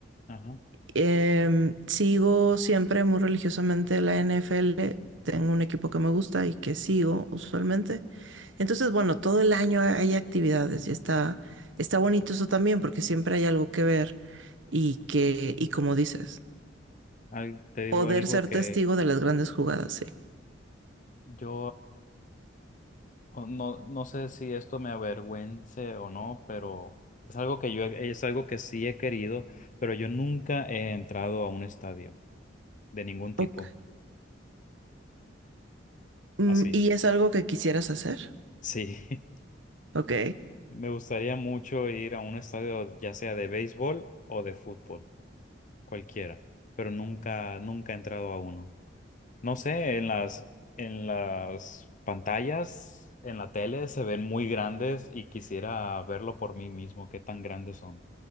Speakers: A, on the left; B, on the right.
A: Ajá.
B: Em, sigo siempre muy religiosamente la NFL. Tengo un equipo que me gusta y que sigo usualmente. Entonces, bueno, todo el año hay actividades y está, está bonito eso también porque siempre hay algo que ver y que, y como dices,
A: Al- te digo
B: poder
A: algo
B: ser
A: que
B: testigo de las grandes jugadas, sí.
A: yo o No, no sé si esto me avergüence o no, pero es algo que yo, he- es algo que sí he querido, pero yo nunca he entrado a un estadio de ningún tipo.
B: Ok. Mm,
A: Así.
B: ¿Y es algo que quisieras hacer?
A: Sí, <laughs>
B: Ok.
A: me gustaría mucho ir a un estadio, ya sea de béisbol o de fútbol, cualquiera, pero nunca, nunca he entrado a uno. No sé, en las, en las pantallas, en la tele se ven muy grandes y quisiera verlo por mí mismo, qué tan grandes son.